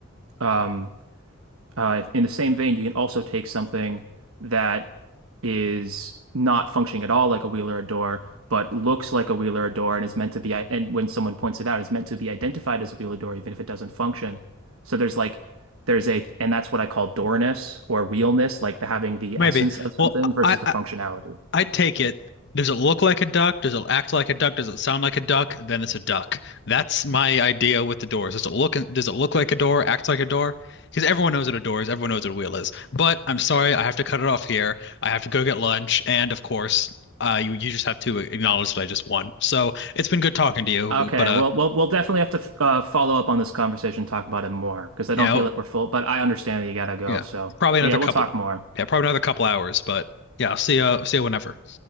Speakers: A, on the right; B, on the left.
A: um, uh, in the same vein, you can also take something that is not functioning at all like a wheel or a door, but looks like a wheel or a door and is meant to be, and when someone points it out, is meant to be identified as a wheel or door, even if it doesn't function. So there's like, there's a, and that's what I call doorness or wheelness, like the having the
B: maybe.
A: essence of something
B: Well,
A: versus
B: I
A: the functionality.
B: I'd take it. Does it look like a duck? Does it act like a duck? Does it sound like a duck? Then it's a duck. That's my idea with the doors. Does it look does it look like a door? Act like a door? Because everyone knows what a door is. Everyone knows what a wheel is. But I'm sorry, I have to cut it off here. I have to go get lunch, and of course, uh, you you just have to acknowledge that I just won. So it's been good talking to you,
A: Okay,
B: but, but uh,
A: well, we'll we'll definitely have to uh, follow up on this conversation, talk about it more because I
B: yeah,
A: don't feel like we're full, but I understand that you gotta go.
B: yeah,
A: So,
B: probably
A: but
B: another
A: yeah, we'll
B: couple,
A: talk more.
B: yeah, probably another couple hours. But yeah, see you see you whenever.